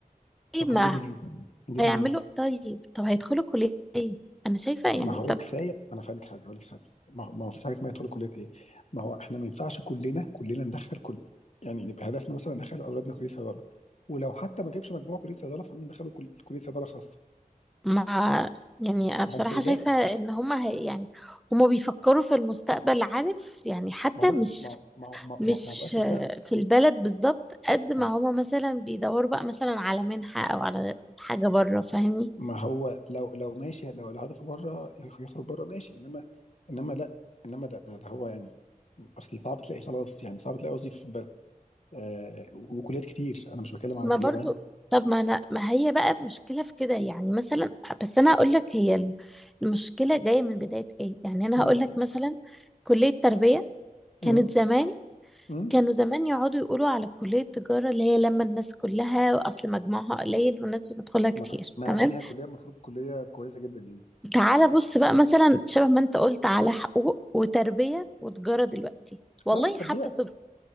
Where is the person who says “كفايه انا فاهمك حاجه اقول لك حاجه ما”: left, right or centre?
Left